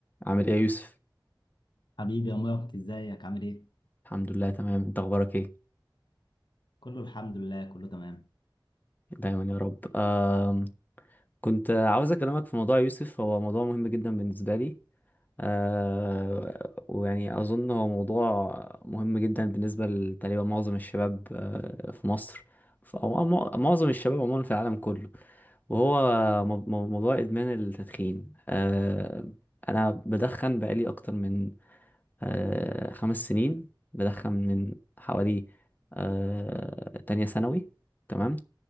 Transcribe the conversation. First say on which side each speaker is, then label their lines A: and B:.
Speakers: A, on the left; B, on the left.
A: عامل ايه يا يوسف
B: حبيبي يا مبارك ازيك عامل ايه؟
A: الحمد لله تمام انت اخبارك ايه
B: كله الحمد لله كله تمام
A: دايما يا رب آم، كنت عاوز اكلمك في موضوع يا يوسف هو موضوع مهم جدا بالنسبه لي آه، ويعني اظن هو موضوع مهم جدا بالنسبه لتقريبا معظم الشباب آه، في مصر ف- او مع- معظم الشباب عموما في العالم كله وهو مو- مو- موضوع ادمان التدخين آه، انا بدخن بقالي اكتر من آه، خمس سنين بدخن من حوالي آه، تانية ثانوي تمام